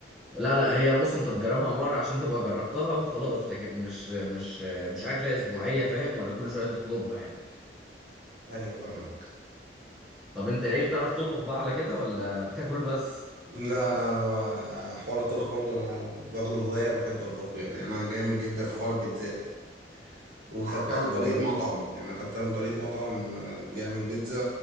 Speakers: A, in the centre; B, on the right.
A: لا لا هي بص انت تجربها مره عشان تبقى جربتها وخلاص لكن مش مش مش اكله اسبوعيه فاهم ولا كل شويه تطلبها يعني
B: ايوه فاهمك
A: طب انت ايه بتعرف تطبخ بقى على كده ولا بتاكل بس
B: لا انا حوار الطبخ برضه انا واخده هوايه وبحب اطبخه يعني انا جامد جدا في حوار البيتزات وخدتها
A: بجد
B: من طريقة
A: والله
B: مطعم يعني أنا خدتها من طريقة مطعم آه، بيعمل بيتزا